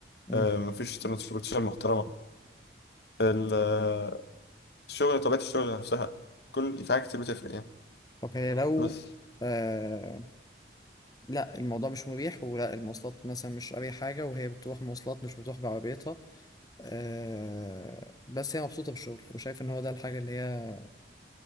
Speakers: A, on the left; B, on the left.
A: امم
B: آه، مفيش ترانسبورتيشن محترمه ال- آه، الشغل طبيعه الشغل نفسها كل في حاجات كتير بتفرق يعني
A: طب هي لو
B: بس
A: آه لا الموضوع مش مريح ولا المواصلات مثلا مش أي حاجه وهي بتروح مواصلات مش بتروح بعربيتها آه بس هي مبسوطه بالشغل وشايف ان هو ده الحاجه اللي هي